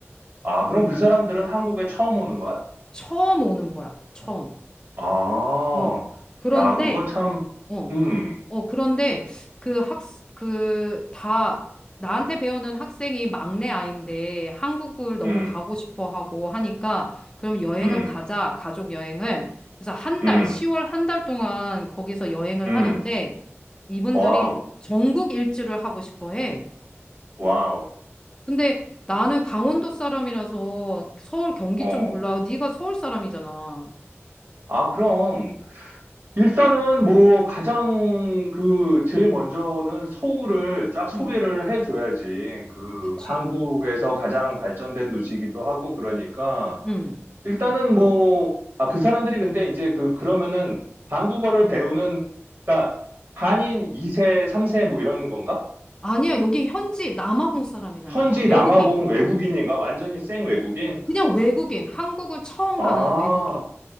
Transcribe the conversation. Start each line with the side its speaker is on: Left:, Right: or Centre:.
Right: 아, 그럼 그 사람들은 한국에 처음 오는 거야?
Left: 처음 오는 거야. 처음.
Right: 아,
Left: 어. 그런데
Right: 야, 그거 참,
Left: 어.
Right: 음,
Left: 어, 그런데 그 학, 그 다, 나한테 배우는 학생이 막내 아이인데 한국을 너무
Right: 음,
Left: 가고 싶어 하고 하니까 그럼 여행을
Right: 음,
Left: 가자, 가족 여행을. 그래서 한
Right: 음,
Left: 달, 10월 한 달 동안 거기서 여행을
Right: 음,
Left: 하는데 이분들이
Right: 와우,
Left: 전국 일주를 하고 싶어 해.
Right: 와우,
Left: 근데 나는 강원도 사람이라서 서울 경기
Right: 어.
Left: 쪽 몰라. 네가 서울 사람이잖아.
Right: 아, 그럼 일단은 뭐 가장 그 제일 먼저는 서울을 쫙 소개를
Left: 응,
Right: 해줘야지. 그
Left: 그치.
Right: 한국에서 가장 발전된 도시이기도 하고 그러니까.
Left: 응.
Right: 일단은 뭐, 아, 그 사람들이 근데 이제 그, 그러면은 한국어를 배우는, 그러니까 한인 2세, 3세 뭐 이런 건가?
Left: 아니야, 여기 현지 남아공 사람이라니까.
Right: 현지
Left: 외국인.
Right: 남아공 외국인인가? 완전히 생 외국인?
Left: 그냥 외국인, 한국을 처음
Right: 아,
Left: 가는 외국인.